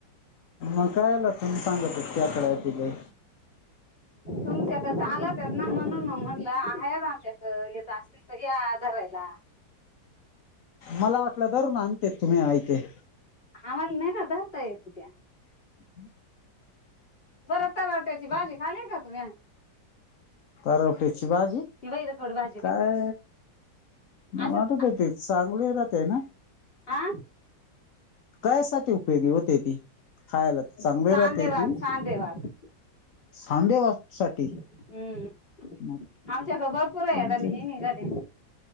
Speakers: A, on the left (about 50°); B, on the left (about 30°).
A: मग कायला तुम्ही सांगत आहेत खेकड्या केले.
B: तुमच्यात कड चालत आहेत ना म्हणून मग म्हटलं आहेत आमच्या अ येत असतील तर या धरायला.
A: मला वाटलं धरून आणतेत तुम्ही आयते.
B: आम्हाला नाय न धरता येत त्या.
A: <inaudible>
B: परत तरवट्यातची भाजी खाली का तुम्ही?
A: करवट्याची बाजी
B: बाई खड भाजी
A: काय?
B: बाई
A: मला
B: अशीच
A: आठवते ती चांगली राहतीय ना?
B: आ?
A: काह्यासाठी उपयोगी होतीय ती? खायला तर चांगली
B: सांदेवात
A: राहते ती.
B: सांदेवात
A: सांधे वात साठी.
B: हम्म
A: मग
B: आमच्या भरपूर याडा
A: तुमचे
B: नी निघाली